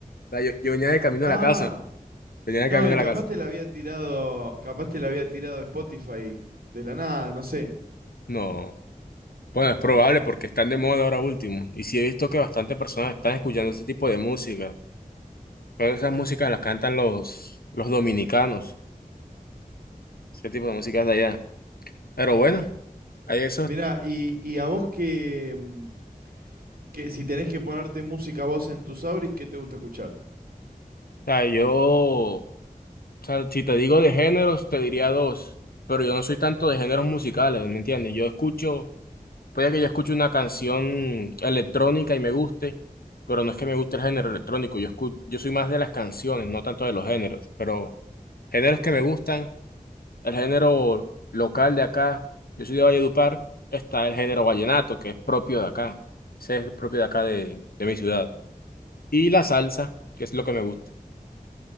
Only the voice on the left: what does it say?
sea, yo, yo venía de
camino
a la casa, venía de
camino
a
la casa.
No. Bueno, es probable
porque están de moda ahora último. Y sí he visto que bastantes personas están escuchando ese tipo de música. pero esas músicas las cantan los, los dominicanos. Ese tipo de músicas de allá. Pero bueno, hay eso.
O
sea, yo, o sea, si te digo de géneros, te diría dos. Pero yo no soy tanto de géneros musicales, ¿me entiendes? Yo escucho, puede que yo escuche una canción electrónica y me guste, pero no es que me guste el género electrónico. Yo escu- yo soy más de las canciones, no tanto de los géneros. Pero géneros que me gustan. el género local de acá, yo soy de Valledupar, está el género vallenato, que es propio de acá. Ese es propio de acá de, de mi ciudad. Y la salsa, que es lo que me gusta.